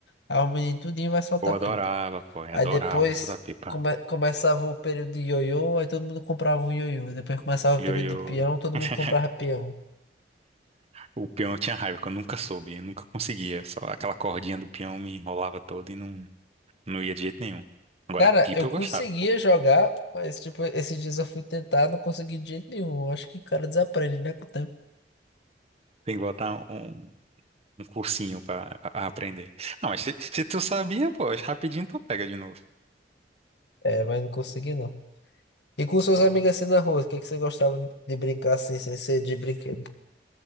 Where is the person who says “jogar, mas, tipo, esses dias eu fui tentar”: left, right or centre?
Left